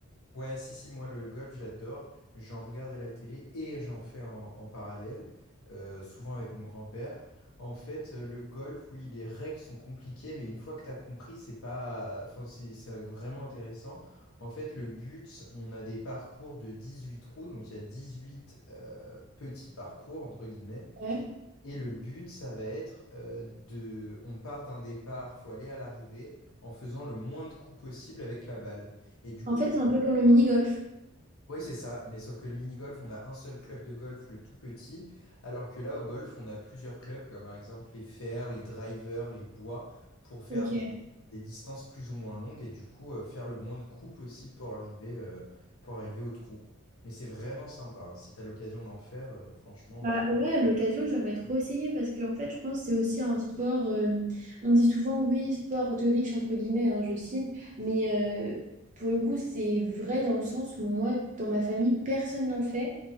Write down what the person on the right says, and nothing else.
Ouais.
En fait, c'est un peu comme le mini-golf.
Ok.
Bah ouais, à l'occasion, j'aimerais trop essayer parce qu'en fait, je pense que c'est aussi un sport. euh, on dit souvent, oui, sport de riche, entre guillemets, hein, je cite, mais euh, pour le coup, c'est vrai dans le sens où moi, dans ma famille, personne n'en fait.